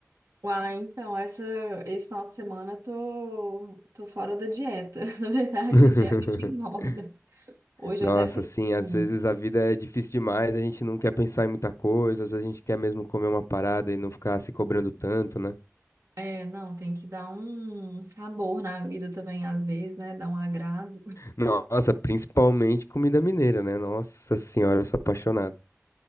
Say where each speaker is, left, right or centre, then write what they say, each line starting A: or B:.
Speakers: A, on the right (about 80°); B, on the left (about 70°).
A: Uai, então, essa, esse final de semana eu tô, tô fora da dieta. <laughs> Na verdade,
B: <laughs>
A: dieta de engorda. Hoje
B: Nossa,
A: eu até fiz
B: sim. às
A: um.
B: vezes a vida é difícil demais, a gente não quer pensar em muita coisa, às vezes a gente quer mesmo comer uma parada e não ficar se cobrando tanto, né?
A: É, não, tem que dar um sabor na vida também, às vezes, né? Dar um agrado.
B: Nossa, principalmente comida mineira, né? Nossa senhora, eu sou apaixonado.